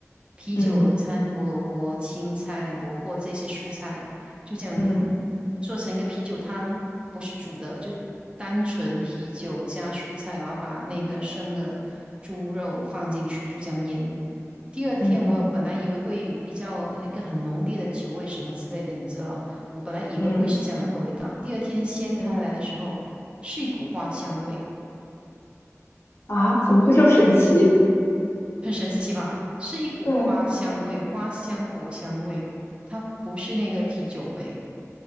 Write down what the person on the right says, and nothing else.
啤酒掺胡萝卜、
青菜、萝卜这些蔬菜，就这样
做成一个啤酒汤，不是煮的，就单纯啤酒加蔬菜，然后把那个生的猪肉放进去，就这样腌。第二天我本来以为会比较呃一个很浓烈的酒味什么之类的，
你知道，我本来以为会是这样的个味道。
第二天掀开来的时候，
是一股花香味。
很神奇吧？是一股花香味，
花香果香味，它不是那个啤酒味。